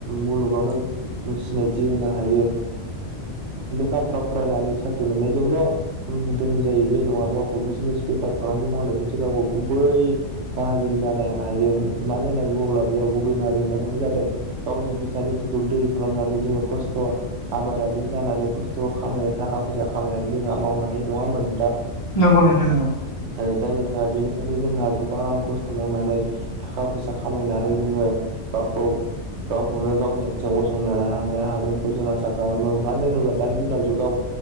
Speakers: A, on the right (about 70°); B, on the left (about 25°).
A: मुलुगावनो सिनायथि होनो हायो लेखाफ्राव फरायनानै साख्रि मोननायजोंल' धोननि जायो बे नङा गावखौ बिजनेस बेफार फालांगि मावनायनि सिगा नो गुबै माहाजोन जानो हायो मानो होननानै बुङोब्ला बेयाव गुबै माहाजोन जानाय जादों गावनि बिखनि थैखौ दै खालामनानै जोङो खस्थ' आबादारि जानानै खस्थ' खा खामायनो थाखा फैसा खामायनानै जोंहा मावनो हायो नङा होमब नोंथा
B: नंगौ नोंथां नंगौ।
A: ओ जायनि थाखाय बिनि दिनै जोंहा गोबां खस्थ' मावनानै थाखा फैसा खामायनानै जोङो गावखौ गावखौनो गावनि आथिङाव गसंनो हानो हागोनखौ जों आसा खालामो मानो होनोब्ला दानि दिनाव जु गाव